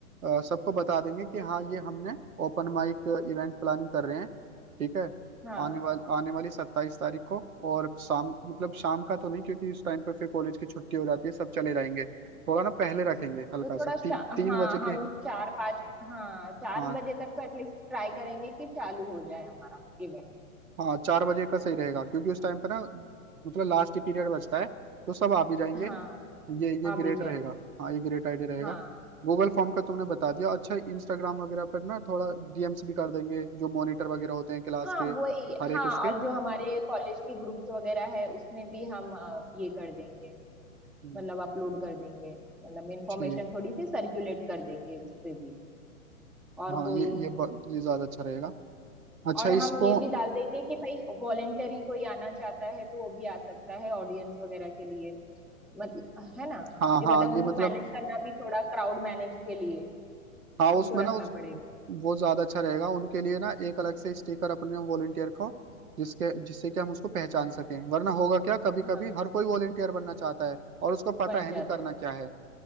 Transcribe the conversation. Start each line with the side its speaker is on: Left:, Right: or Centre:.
Right: अ, सबको बता देंगे कि हाँ ये हमने ओपन माइक इवेंट प्लानिंग कर रहे हैं ठीक है
Centre: हाँ
Right: आने वाल आने वाली सत्ताईस तारीख को और शाम मतलब शाम का तो नहीं क्योंकि उस टाइम पे फिर कॉलेज की छुट्टी हो जाती है सब चले जाएंगे थोड़ा ना पहले
Centre: यस
Right: रखेंगे
Centre: यस
Right: हल्का
Centre: तो
Right: सा
Centre: थोड़ा
Right: ती,
Centre: शा,
Right: तीन
Centre: हाँ
Right: बजे के
Centre: हम चार पाँच हाँ चार
Right: हाँ
Centre: बजे तक तो एटलीस्ट ट्राई करेंगे कि चालू हो जाए हमारा इवेंट
Right: हाँ चार बजे का सही रहेगा क्योंकि उस टाइम पे ना मतलब लास्ट पीरियड बचता है तो सब आ भी जाएंगे
Centre: हाँ
Right: ये ये
Centre: आ
Right: ग्रेट
Centre: भी जाएंगे
Right: रहेगा हाँ ये ग्रेट आइडिया रहेगा
Centre: हाँ
Right: गूगल फॉर्म का तुमने बता दिया अच्छा इंस्टाग्राम वगैरह पर ना थोड़ा डीएम्स भी कर देंगे जो मॉनिटर वगैरह होते हैं क्लास
Centre: हाँ
Right: के
Centre: वही
Right: हर एक
Centre: हाँ
Right: उसके
Centre: और जो हमारे कॉलेज के ग्रुप्स वगैरह है उसमें भी हम अ, ये कर देंगे
Right: हम्म,
Centre: मतलब अपलोड कर देंगे मतलब इंफॉर्मेशन
Right: ठीक
Centre: थोड़ी सी सर्कुलेट कर देंगे उस पे भी और
Right: हाँ
Centre: कोई
Right: ये ये ब- ये ज्यादा अच्छा रहेगा अच्छा
Centre: और
Right: इसको
Centre: हम ये भी डाल देंगे कि भाई वॉलेंटरी कोई आना चाहता है तो वो भी आ सकता है ऑडियंस वगैरह के लिए मतलब है ना
Right: हाँ
Centre: ये
Right: हाँ
Centre: मतलब उनको
Right: ये मतलब
Centre: मैनेज करना भी थोड़ा क्राउड मैनेज के लिए
Right: हाँ
Centre: हमको
Right: उसमें ना
Centre: रखना
Right: उस
Centre: पड़ेगा
Right: वो ज्यादा अच्छा रहेगा उनके लिए ना एक अलग से स्टिकर अपने वॉलेंटियर को जिसके जिससे कि हम उसको पहचान सकें वरना होगा क्या कभी
Centre: हाँ
Right: कभी हर कोई वॉलेंटियर बनना चाहता है और उसको पता
Centre: बन
Right: है
Centre: जाता
Right: नहीं करना
Centre: है
Right: क्या है